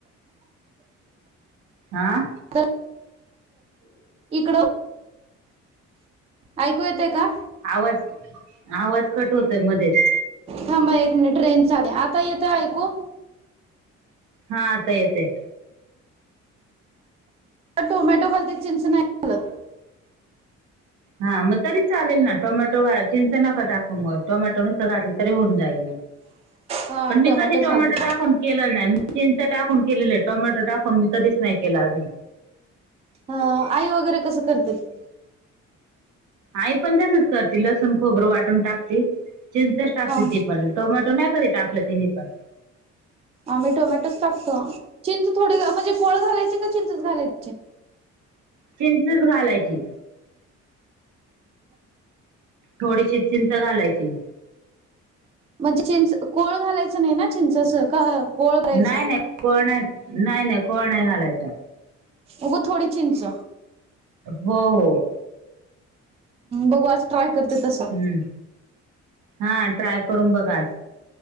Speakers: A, on the right; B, on the right.
A: आऽ
B: नंतर इकडं, ऐकू येतय का?
A: आवाज, आवाज कट होतोय मध्येच
B: थांबा एक मिनिट रेंज चाले, आता येतय ऐकू
A: हा आता येतय.
B: टोमॅटो घालतोय चिंच नाही. घालत
A: हा, म तरी चालेल ना टोमॅटो घाल चिंच नका टाकू मग, टोमॅटो नुसत घातलं तरी होऊन जाईल.
B: हा
A: पण
B: टोमॅटोच
A: मी कधी टोमॅटो
B: घालते
A: टाकून केलं नाही, मी चिंच टाकून केलेलं आहे, टोमॅटो टाकून मी कधीच नाही केलं अजून.
B: हं, आई वगैरे कसं करत्यात?
A: आई पण तसच करते लसूण खोबरं वाटून टाकते, चिंचच टाकते
B: हा
A: ती पण. टोमॅटो नाही कधी टाकलं तिनी पण,
B: आम्ही टोमॅटोच टाकतो चिंच थोडी म्हणजे कोळ घालायचे का चिंच घालायची.
A: चिंचच घालायची? थोडीशी चिंच घालायची.
B: म्हणजे चिंच कोळ घालायचं नाही. ना चिंचाच का कोळ करायचं
A: नाही नाही कोळ नाही नाही नाही कोळ नाही घालायचा.
B: उगं थोडी चिंच,
A: हो हो...
B: बघू आज ट्राय करते तसं,
A: हम्म हा ट्राय करून बघा. आज